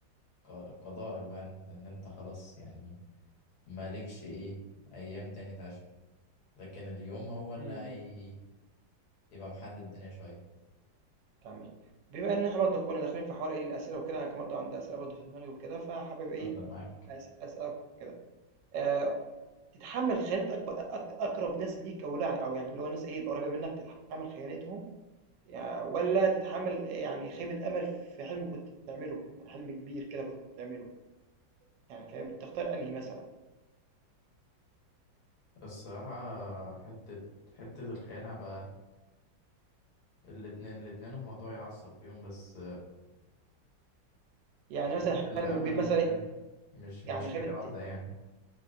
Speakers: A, on the left; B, on the right.
A: ق... قضاءك بقى إن إن أنت خلاص يعني مالكش إيه أيام تاني تعيش لكن اليوم هو اللي
B: إمم،
A: هي
B: إمم،
A: يبقى محدد الدنيا شوية
B: تمام. بما إن إحنا برضه كنا داخلين في حوار إيه الأسئلة وكده، أنا كان برضه عندي أسئلة برضه في دماغي وكده، فحابب إيه
A: اتفضل معاك
B: أس أسألك وكده. آآ، تتحمّل خيانة أكب أك أقرب ناس ليك أو لأ أو يعني اللي هو الناس إيه القريبة منك تتحمّل خيانتهم يع والّا تتحمّل يعني خيبة أمل في حلم كنت بتعمله، يعني حلم كبير كده كنت بتعمله، يعني فاهم، تختار أنهي مثلًا؟
A: الصراحة حتة حتة الخيانة بقى الاتنين الاتنين الموضوع يعصب فيهم بس
B: يعني
A: خيبة
B: مثلًا
A: الأمل
B: حلم كبير مثلًا
A: م- مش مش
B: يعني خيبة
A: حاجة واحدة يعني